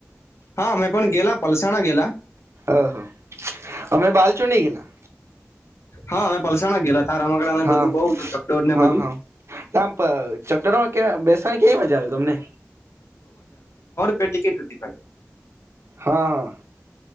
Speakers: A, on the left (about 65°); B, on the right (about 65°).
A: હા મેં પણ ગેલા પલસાણા ગેલા
B: અહ અમે બાલ ચુંડી ગેલા.
A: હા અમે પલસાણા ગેલા ત્યાં રમકડા ને
B: હા-હા.
A: બધું બહુ હતું ચકડોળ ને
B: હા
A: બધું
B: આમ ચકડોર માં ક્યાં બેસાય કેવી મજા આવે તમને
A: ટિકટ રૂધતી પડી.
B: હા